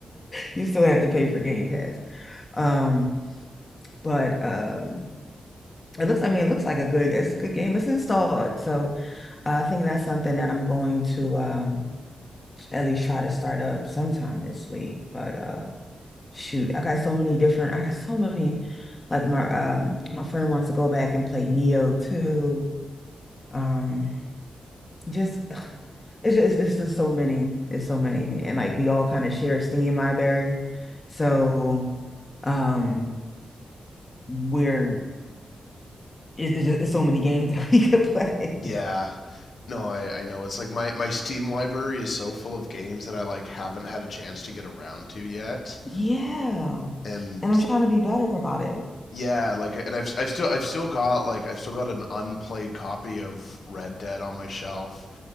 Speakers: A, on the left; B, on the left.
A: You still have to pay for Game Pass. Um, but um, it looks. I mean, it looks like a good. It's a good game. It's installed, so I think that's something that I'm going to. Um, at least try to start up sometime this week. But uh shoot, I got so many different I got so many like my um my friend wants to go back and play Neo too. Um just <sighs> ugh, it's just it's just so many. It's so many. And like we all kind of share a Steam library. So um we're it's, it's just it's so many games <laughs> that we could play.
B: Yeah, No, I, I know. It's like my, my Steam library is so full of games that I like haven't had a chance to get around to yet.
A: Yeah.
B: And
A: And I'm trying to be better about it.
B: yeah, like and I've I've still I've still got like I've still got an unplayed copy of Red Dead on my shelf